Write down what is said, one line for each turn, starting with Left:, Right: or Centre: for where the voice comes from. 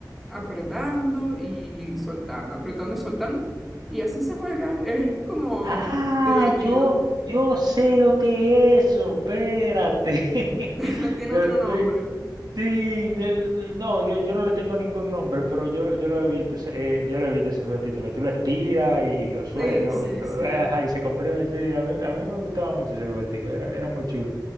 Centre: apretando y soltando, apretando y soltando. Y así se juega, <laughs> es como
Right: Ah,
Centre: divertido.
Right: yo, yo sé lo que es eso, espérate.
Centre: <laughs>
Right: <laughs>
Centre: Tiene
Right: Yo,
Centre: otro
Right: yo-
Centre: nombre.
Right: sí, yo- no, yo, yo no le tengo ningún nombre, pero yo, yo lo he visto, ese- eh, yo lo he visto ese juguetito, que tú lo estiras y, y lo suelo,
Centre: Sí, sí,
Right: y, lo-
Centre: sí.
Right: ajá, y se comprime, sí, a mí, a mí me gustaba mucho ese juguetico, era, era muy chulo.